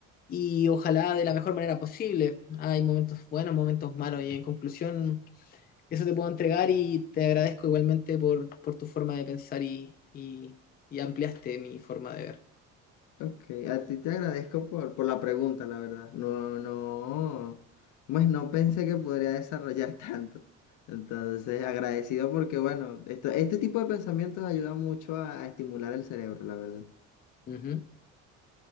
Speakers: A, on the left (about 30°); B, on the left (about 65°).
A: y ojalá de la mejor manera posible. Hay momentos buenos, momentos malos y en conclusión eso te puedo entregar y te agradezco igualmente por, por tu forma de pensar y, y, y ampliaste mi forma de ver.
B: Ok, a ti te agradezco por, por la pregunta, la verdad. No, no, pues no pensé que podría desarrollar <laughs> tanto. Entonces, agradecido porque, bueno, esto, este tipo de pensamientos ayuda mucho a, a estimular el cerebro, la verdad.
A: Ujú.